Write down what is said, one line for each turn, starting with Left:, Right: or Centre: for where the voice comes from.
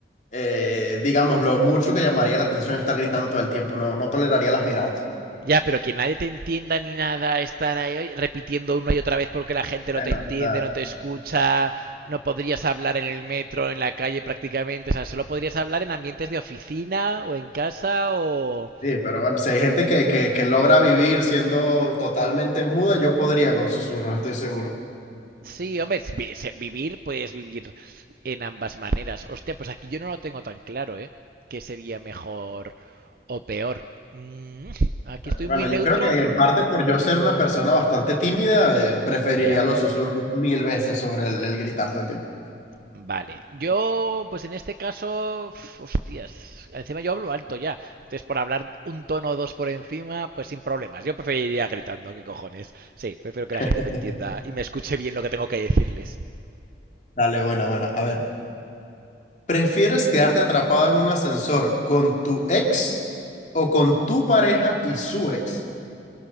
Left: eh, digamos, lo mucho que llamaría la atención estar gritando todo el tiempo. No, no toleraría las miradas.
Right: Ya, pero que nadie te entienda ni nada, estar ahí repitiendo una y otra vez porque la gente
Left: Bueno,
Right: no te entiende,
Left: o sea,
Right: no te escucha, no podrías hablar en el metro, en la calle prácticamente, o sea, solo podrías hablar en ambientes de oficina o en casa o,
Left: sí, pero bueno, si hay gente que, que, que logra vivir siendo totalmente muda, yo podría con susurros, estoy seguro.
Right: Sí, hombre, es vi- se- vivir, puedes vivir en ambas maneras. Hostia, pues aquí yo no lo tengo tan claro, ¿eh? ¿Qué sería mejor o peor? Mm, aquí estoy
Left: Bueno,
Right: muy
Left: yo
Right: neutro.
Left: creo que en parte por yo ser una persona bastante tímida, eh, preferiría
Right: Ya,
Left: los susurros mil veces sobre el, el gritar todo el tiempo.
Right: vale. Yo, pues en este caso, uf, hostias, encima yo hablo alto ya. Entonces, por hablar un tono o dos por encima, pues sin problemas. Yo preferiría gritando, ¿qué cojones? Sí, prefiero que
Left: <laughs>
Right: la gente me entienda y me escuche bien lo que tengo que decirles
Left: Dale, buena, buena. A ver. ¿Prefieres quedarte atrapado en un ascensor con tu ex o con tu pareja y su ex?